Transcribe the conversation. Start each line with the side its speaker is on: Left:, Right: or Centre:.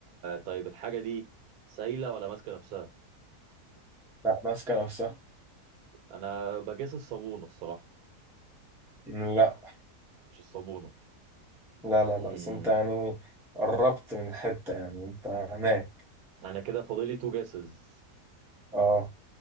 Right: طيب الحاجة دي سايلة ولا ماسكة نفسها
Centre: لا ماسكه نفسها
Right: أنا بجاس الصابونة الصراحة
Centre: لا
Right: مش الصابونة
Centre: لا لا
Right: امم
Centre: لا بس انت يعني قربت من الحته يعني انت هناك
Right: أنا كده فاضلي تو جاسز
Centre: اه